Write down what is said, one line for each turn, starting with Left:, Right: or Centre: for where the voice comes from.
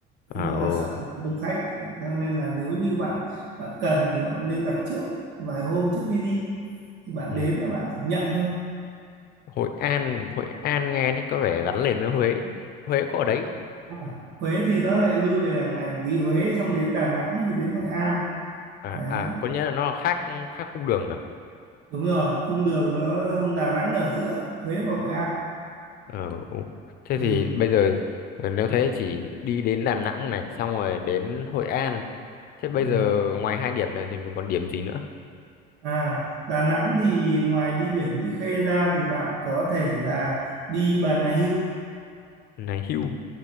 Left: À
Right: nhưng
Left: ừ.
Right: mà sợ đông khách cho nên là nếu như bạn bạn cần thì bạn nên đặt trước vài hôm trước khi đi thì bạn
Left: Ừ.
Right: đến là bạn chỉ nhận thôi
Left: Hội An Hội An nghe thì có vẻ gắn liền với Huế Huế có ở đấy không?
Right: À, Huế thì nó lại lui về đằng này một tí Huế xong đến Đà Nẵng thì đến Hội An
Left: à
Right: đấy
Left: à có nghĩa là nó là khác khác cung đường à
Right: đúng rồi cung đường nó Đà Nẵng ở giữa Huế và Hội An
Left: ờ, ừ. thế
Right: ừ.
Left: thì bây giờ ờ, nếu thế chỉ đi đến Đà Nẵng này xong rồi đến Hội An thế bây
Right: Ừ.
Left: giờ ngoài hai điểm này thì mình còn điểm gì nữa
Right: à Đà Nẵng thì ngoài đi biển Mỹ Khê ra thì bạn có thể là đi Bà Nà Hưu
Left: này hưu